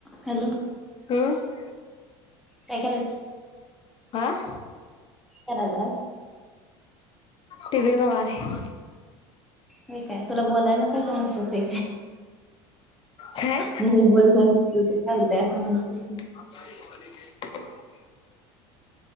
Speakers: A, in the centre; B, on the left.
A: Hello
B: हम <unintelligible>
A: काय करस.
B: आ <unintelligible>
A: करा दा <unintelligible>
B: टी वी बघालोय.
A: हे काय तुला बोलाय काय त्रास होतंय.
B: काय
A: म्हणजे बोल, बोल बोलते चालतय असं म्हणते.
B: <unintelligible>